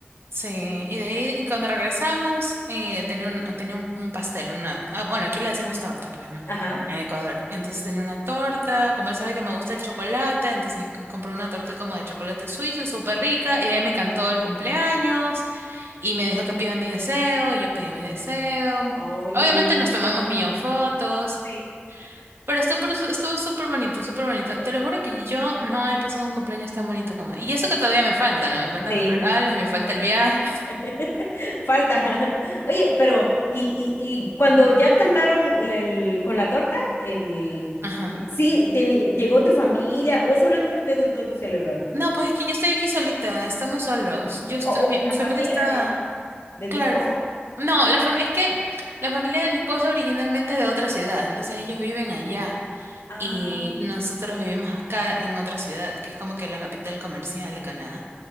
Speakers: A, on the right; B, on the left.
A: sí. Y de ahí y cuando regresamos, eh, tenía un, tenía un, un pastel, una. ah, bueno, aquí le decimos torta, pues, ¿no?
B: Ajá.
A: En Ecuador. Entonces tenía una torta. Como él sabe que me gusta el chocolate, entonces c- compró una torta como de chocolate suizo, súper rica. Y ahí me cantó el cumpleaños. Y me dijo que pida mi deseo, y yo pedí mi deseo.
B: Ay,
A: Obviamente
B: qué lindo.
A: nos tomamos millón fotos,
B: Sí.
A: pero estuvo, estuvo súper bonito, súper bonito. Te lo juro que yo no he pasado un cumpleaños tan bonito como... Y eso que todavía me falta, ¿no? Me faltan
B: Sí.
A: los regalos y me falta el viaje. <laughs>
B: <laughs> Falta. <laughs> Oye, pero, ¿y, y, y cuando ya cantaron el- con la torta, el...
A: Ajá.
B: Sí, teni- llegó tu familia o solo entre ustedes dos lo celebraron?
A: No, pues es que yo estoy aquí solita, estamos solos. Yo estoy,
B: O, o
A: mi, mi
B: la
A: familia
B: familia
A: está,
B: de, de
A: claro.
B: tu esposo.
A: No, la fam- es que la familia de mi esposo originalmente es de otra ciudad, entonces ellos viven allá.
B: Ah,
A: Y nosotros vivimos acá en otra ciudad, que es como que la capital comercial de Canadá.